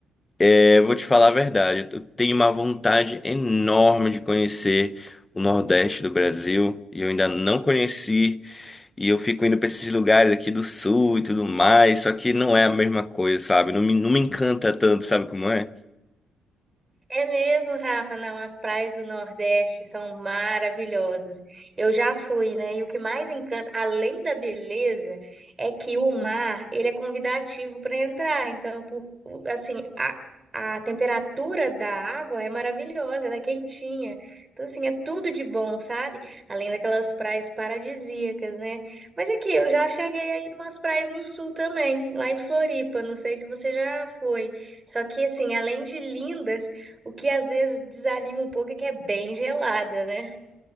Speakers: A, on the left; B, on the right.
A: é, eu vou te falar a verdade, eu tenho uma vontade enorme de conhecer o Nordeste do Brasil e eu ainda não conheci. E eu fico indo pra esses lugares aqui do sul e tudo mais, só que não é a mesma coisa, sabe? Não me, não me encanta tanto, sabe como é?
B: É mesmo, Rafa. Não, as praias do Nordeste são maravilhosas. Eu já fui, né? E o que mais encanta, além da beleza, é que o mar, ele é convidativo para entrar. Então, por, o- assim, a, a temperatura da água é maravilhosa, ela é quentinha. Então, assim, é tudo de bom, sabe? Além daquelas praias paradisíacas, né? Mas aqui, eu já cheguei aí umas praias no sul também, lá em Floripa. Não sei se você já foi. Só que, assim, além de lindas o que às vezes desanima um pouco é que é bem gelada, né?